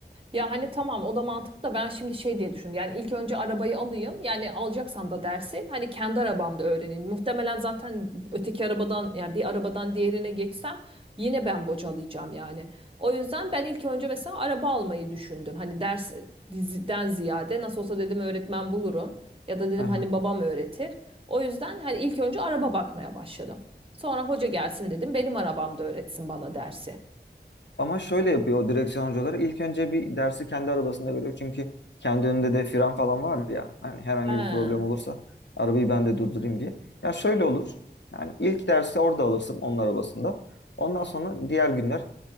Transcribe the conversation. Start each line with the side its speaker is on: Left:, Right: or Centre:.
Right: Ya hani tamam o da mantıklı da ben şimdi şey diye düşündüm. Yani ilk önce arabayı alayım. Yani alacaksam da dersi hani kendi arabamda öğreneyim. Muhtemelen zaten öteki arabadan yani bir arabadan diğerine geçsem yine ben bocalayacağım yani. O yüzden ben ilk önce mesela araba almayı düşündüm. Hani ders diziden ziyade nasıl olsa dedim öğretmen bulurum. Ya da dedim
Left: <laughs>
Right: hani babam öğretir. O yüzden hani ilk önce araba bakmaya başladım. Sonra hoca gelsin dedim benim arabamda öğretsin bana dersi.
Left: Ama şöyle yapıyor o direksiyon hocaları. İlk önce bir dersi kendi arabasında veriyor. Çünkü kendi önünde de fren falan var ya. Hani herhangi
Right: He.
Left: bir problem olursa arabayı ben de durdurayım diye. Ya şöyle olur. Yani ilk dersi orada alırsın onun arabasında. Ondan sonra diğer günler